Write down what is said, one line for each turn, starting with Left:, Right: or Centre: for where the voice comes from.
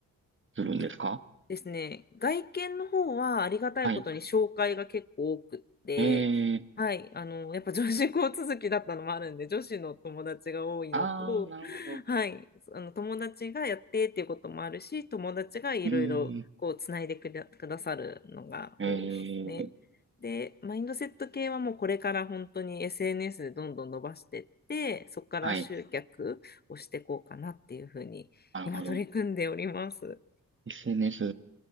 Right: するんですか
Left: えっですね、外見の方はありがたいことに紹介が結構多くって、
Right: はい。ええ、
Left: はい、あの、やっぱ女子校続きだったのもあるんで、女子の友達が多いのと、
Right: ああ、なるほど。
Left: はい、あの友達がやってっていうこともあるし、友達がいろいろこうつないでくだ、
Right: うーん。
Left: くださるのが多いですね。
Right: ええ、
Left: で、マインドセット系はもうこれから本当に SNS でどんどん伸ばしてって、そこから集客をしていこうかなっていうふうに今取り組んでおります。
Right: はい。なるほど。SNS